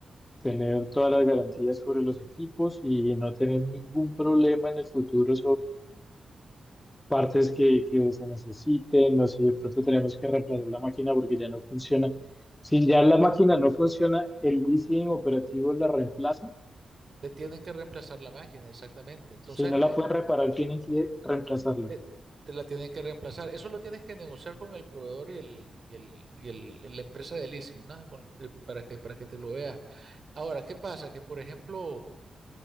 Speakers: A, on the left; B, on the right.
A: tener todas las garantías sobre los equipos y no tener ningún problema en el futuro partes que, que se necesiten, no sé, de pronto tenemos que reemplazar la máquina porque ya no funciona. Si ya la máquina no funciona, el leasing operativo la reemplaza.
B: te tienen que reemplazar la máquina, exactamente. Entonces,
A: Si no la pueden reparar, tienen que reemplazarla.
B: te, te la tienen que reemplazar. Eso lo tienes que negociar con el proveedor y, el, y, el, y el- la empresa de leasing, ¿no? Con- eh, para que, para que te lo veas. Ahora, ¿qué pasa? Que, por ejemplo,